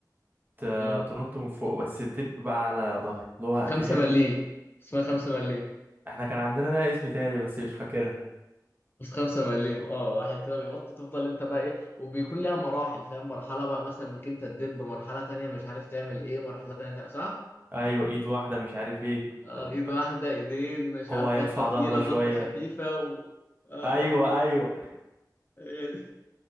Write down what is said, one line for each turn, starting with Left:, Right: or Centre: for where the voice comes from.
Right: ت-
Left: مم.
Right: تنط من فوق بس تدب بقى على ظهره اللي هو
Left: خمسه
Right: تغير
Left: مليم اسمها خمسه مليم
Right: احنا كان عندنا لها اسم تاني بس مش فاكرها
Left: بس خمسة مليم اه واحد كده بيغطي تفضل انت بقى ايه وبيكون لها مراحل فاهم مرحلة بقى مثلا انك انت تدب مرحلة تانية مش عارف تعمل ايه مرحلة تانية تعمل صح؟
Right: ايوه ايد واحدة مش عارف ايه
Left: اه
Right: طب
Left: ايد واحدة ايدين مش
Right: هو
Left: عارف
Right: هيرفع
Left: بطة تقيلة
Right: ظهره شوية
Left: بطة خفيفة و... اه
Right: ايوه
Left: اه
Right: ايوه
Left: هي دي